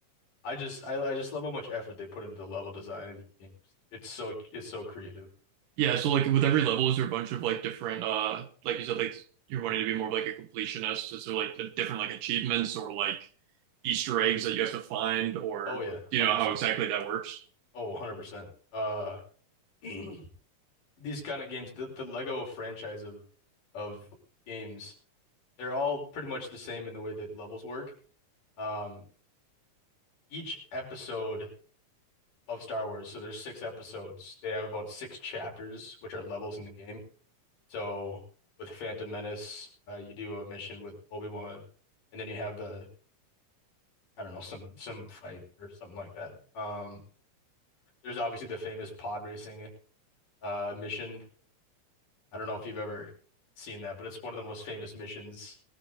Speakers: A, on the left; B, on the right.
A: I just I, I just love how much effort they put into level design in these games. It's so it's so creative.
B: Yeah, so like with every level, is there a bunch of like different uh like you said, like you're wanting to be more of like a completionist. Is there like the different like achievements or like Easter eggs that you have to find or
A: Oh yeah, 100%.
B: do you know how exactly that works?
A: Oh, 100%. Uh <clears throat> these kind of games, the, the Lego franchise of of games, they're all pretty much the same in the way that levels work. Um each episode of Star Wars, so there's six episodes. They have about six chapters, which are levels in the game. So with Phantom Menace, uh, you do a mission with Obi-Wan, and then you have the I don't know, some some fight or something like that. Um, there's obviously the famous pod racing uh mission. I don't know if you've ever seen that, but it's one of the most famous missions